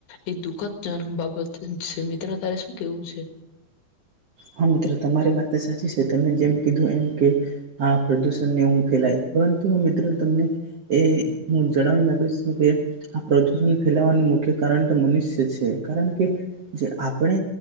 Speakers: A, on the left; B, on the right.
A: એ દુઃખદજનક બાબત છે, મિત્ર. તારે શું કેવું છે?
B: હા મિત્રો, તમારી વાત તો સાચી છે. તમે જેમ કીધું એમ કે આ પ્રદુષણને હું ફેલાય, પરંતુ મિત્રો તમને એ હું જણાવી ગી છ કે આ પ્રદુષણ ફેલાવાનું મુખ્ય કારણ તો મનુષ્ય છે, કારણ કે જે આપણે